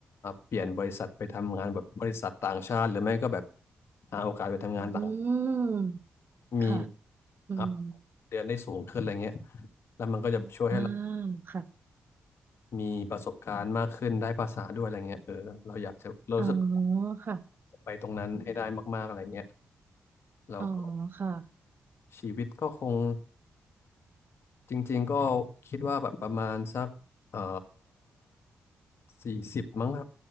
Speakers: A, on the left; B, on the right.
A: เปลี่ยนบริษัทไปทำงานแบบบริษัทต่างชาติหรือไม่ก็แบบหาโอกาสไปทำงานต่าง
B: อืมค่ะ
A: มี
B: อืม
A: อัพเดือนได้สูงขึ้นอะไรเงี้ยแล้วมันก็จะช่วยให้เรา
B: อ่าค่ะ
A: มีประสบการณ์มากขึ้นได้ภาษาด้วยอะไรเงี้ยเออเราอยากจะเรารู้สึกว่า
B: อ๋อค่ะ
A: อยากจะไปตรงนั้นให้ได้มากๆอะไรเงี้ยแล้วก็
B: อ๋อค่ะ
A: ชีวิตก็คง จริงๆก็คิดว่าแบบประมาณสักเอ่อสี่สิบมั้งครับ